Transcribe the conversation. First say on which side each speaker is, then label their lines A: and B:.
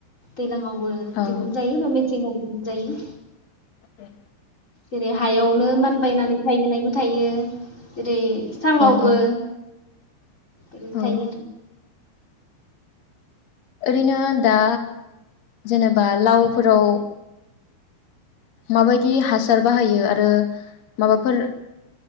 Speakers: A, on the left (about 15°); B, on the left (about 45°).
A: दैलां। आवबो
B: औ
A: दिहुनजायो माने। <unintelligible> दिहुनजायो।
B: ए।
A: जेरै हायावनो मानबायनानै थायहोनायबो थायो ओेरै साङावबो
B: औ औ
A: बे
B: औ
A: थायो आरो।
B: ओरैनो दा जेनेबा लावफोराव माबायदि हासार बाहायो आरो माबाफोर